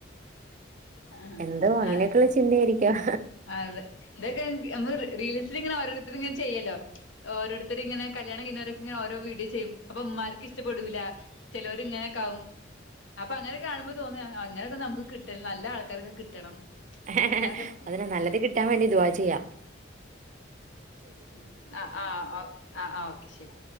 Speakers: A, on the left (about 85°); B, on the right (about 40°).
A: ആ
B: എന്തോ അങ്ങനെയൊക്കെയുള്ള
A: ആ
B: ചിന്തയായിരിക്കാം
A: അ അതെ <unintelligible> റീൽസിൽ ഇങ്ങനെ ഓരോരുത്തർ ഇങ്ങനെ ചെയ്യല്ലോ ഒരൊരുത്തർ ഇങ്ങന കല്യാണം കഴിഞ്ഞൊ ഇങ്ങനെ ഓരോ വീഡിയോ ചെയ്യും അപ്പൊ ഉമമാർക്ക് ഇഷ്ടപ്പെടൂില്ല ചിലവർ ഇങ്ങനെൊക്ക ആാവും അപ്പൊ അങ്ങനൊക്കെ കാണുമ്പോ തോന്നിയ അങ്ങനെയൊക്കെ നമുക്ക് കിട്ട നല്ല ആൾക്കാരൊക്കെ കിട്ടണം
B: ഹിഹിഹി
A: അങ്ങനൊക്കെ
B: അതിന് നല്ലത് കിട്ടാൻ വേണ്ടി ദുഅ ചെയ്യ
A: ഉ ആ ആ ആ ആ് ഓക്കെ ശരി